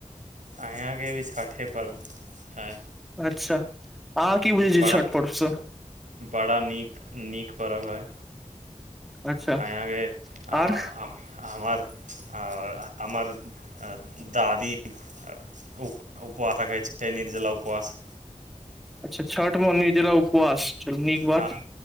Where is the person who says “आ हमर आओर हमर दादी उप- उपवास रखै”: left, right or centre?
Right